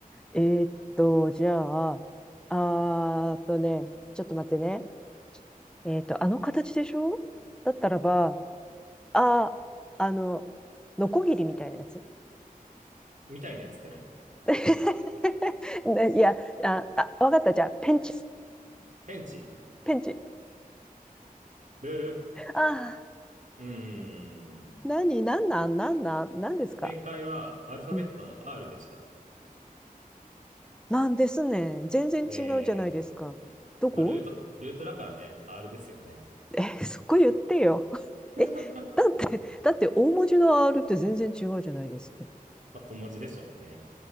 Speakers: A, in the centre; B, on the right.
A: えーっと、じゃあ、あーっとね、ちょっと待ってね。えーっと、あの形でしょだったらば、あー、あの、ノコギリみたいなやつ。
B: みたいなやつって何
A: <laughs> ねいや、あ、あ、わかった。じゃあ、ペンチ。
B: ペンチ。
A: ペンチ。
B: ブー。
A: ああ、
B: うーん。
A: 何、なんなん、なんなん、なんですか。
B: 正解はアルファベットの
A: うん。
B: R でした。
A: なんですね。全然違うじゃないですか。
B: えー、
A: どこ
B: まあ、ルート、ルートだからね、R ですよね。
A: え、そこ言ってよ。<laughs>
B: <laughs>
A: え、だって、だって大文字の R って全然違うじゃないですか。
B: まあ、小文字でしょうね。